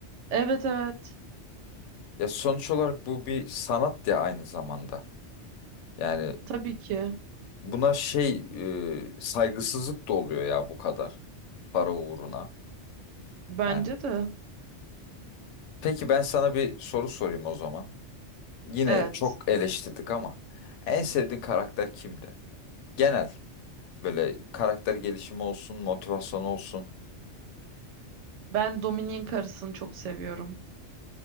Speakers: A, on the right; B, on the left.
A: Evet evet.
B: Ya sonuç olarak bu bir sanat ya aynı zamanda. Yani
A: Tabii ki.
B: Buna şey e, saygısızlık da oluyor ya bu kadar para uğruna.
A: Bence
B: Yani.
A: de.
B: Peki ben sana bir soru sorayım o zaman. Yine
A: Evet.
B: çok eleştirdik ama en sevdiğin karakter kimdi? Genel böyle karakter gelişimi olsun, motivasyon olsun.
A: Ben Dominik'in karısını çok seviyorum.